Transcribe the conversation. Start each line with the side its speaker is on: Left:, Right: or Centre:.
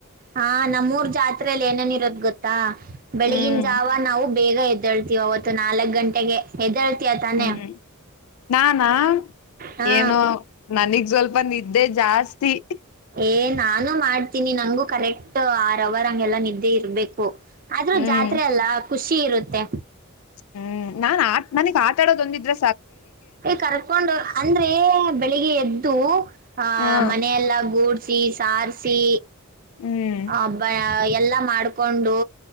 Right: ಹಾ ನಮ್ಮ್ೂರ್ ಜಾತ್ರೆಯಲ್ಲಿ ಏನೇನ್ ಇರೋದ್ ಗೊತ್ತಾ ಬೆಳಗನ್
Left: ಹ್ಮ್
Right: ಜಾವ ನಾವು ಬೇಗ ಎದ್ದಳ್ತೀವಿ ಅವತ್ತು ನಾಲ್ಕಕ್ ಗಂಟೆಗೆ ಎದ್ದೇಳ್ತೀಯ ತಾನೇ
Left: ಹ್ಮ್ ನಾನಾ
Right: ಹಾ
Left: ಏನೋ ನನಗ್ ಸ್ವಲ್ಪ ನಿ ್ದೇ ಜಾಸ್ತಿ
Right: ಏ ನಾನು ಮಾಡ್ತೀನಿ ನಂಗಂಗು ಕರೆಕ್ಟ್ ಆರ್ ಅವರ್ ಹಂಗೆಲ್ಲ ನಿದ್ದೆ ಇರ್ಬೇಕು ಆದ
Left: ಹ್ಮ್
Right: ಜಾತ್ರೆ ಅಲ್ಲಾ ಖುಷಿ ಇರುತ್ತೆ
Left: ಹ್ಮ್ ನಾನ್ ಆ ಮನಗ್ ಆಟಾಡೋದ ಒಂದಿದ್ರ
Right: ಕರ್ಕೊಂಡು ಅಂದ್ರೆ ಬೆಳಿಗ್ಗೆ ಎದ್ದು ಆಹ
Left: ಹ್ಮ
Right: ಮನೆಯಲ್ಲ ಗೂಡ್ ಗುಡಿಸಿ ಸಾರ್ಸಿ
Left: ಹ್ಮ್
Right: ಆ ಬ ಎಲ್ಲ ಮಾಡ್ಕೊಂಡು